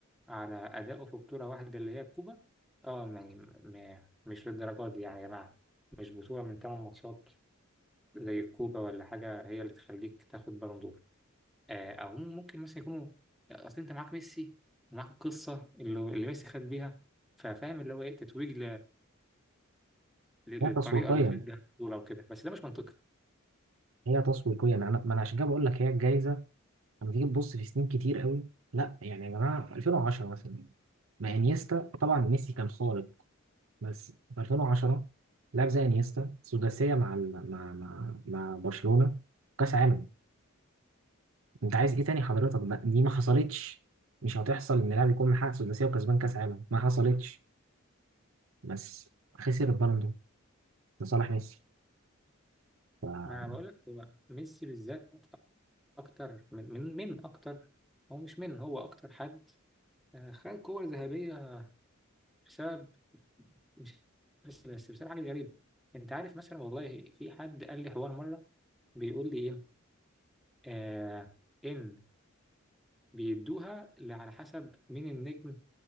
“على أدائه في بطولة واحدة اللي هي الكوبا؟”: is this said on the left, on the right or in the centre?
Centre